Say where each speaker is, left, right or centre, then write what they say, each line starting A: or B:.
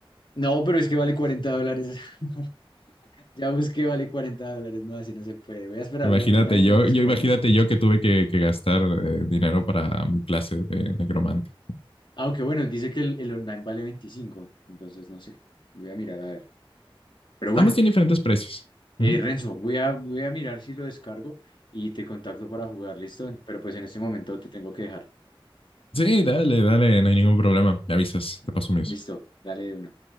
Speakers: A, on the left; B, on the left.
A: No, pero es que vale 40 dólares. <laughs> Ya busqué, vale 40 dólares. No, así no se puede. Voy a esperar
B: Imagínate
A: una- una-
B: yo,
A: un descuento.
B: yo imagínate yo que tuve que, que gastar eh, dinero para mi clase de necromante.
A: Aunque bueno, dice que el, el online vale 25. Entonces, no sé. Voy a mirar a ver. Pero bueno,
B: Ambos tienen diferentes precios.
A: Eh,
B: Ujú.
A: Renzo, voy a, voy a mirar si lo descargo y te contacto para jugar, ¿listo? Pero pues en este momento te tengo que dejar.
B: Sí, dale, dale, no hay ningún problema. Me avisas, te paso mío
A: Listo, dale de una.